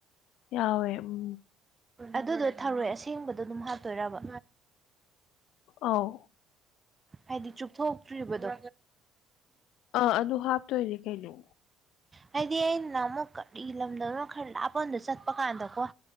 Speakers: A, on the left; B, on the right.
A: ꯌꯥꯎꯋꯦ ꯎꯝ
B: ꯑꯗꯨꯗꯣ ꯊꯔꯣꯏ ꯑꯁꯦꯡꯕꯗꯣ ꯑꯗꯨꯝ ꯍꯥꯞꯇꯣꯏꯔꯕ
A: ꯑꯥꯎ
B: ꯍꯥꯏꯗꯤ ꯆꯨꯞꯊꯣꯛꯇ꯭ꯔꯤꯕꯗꯣ
A: ꯑꯥ ꯑꯗꯨ ꯍꯥꯞꯇꯣꯏꯅꯦ ꯀꯩꯅꯣ
B: ꯍꯥꯏꯗꯤ ꯑꯩ ꯅꯍꯥꯜꯃꯨꯛ ꯂꯝꯗꯣ ꯈꯔ ꯂꯥꯛꯅ ꯐꯀꯣꯟꯗ ꯆꯠꯄ ꯀꯥꯟꯗꯀꯣ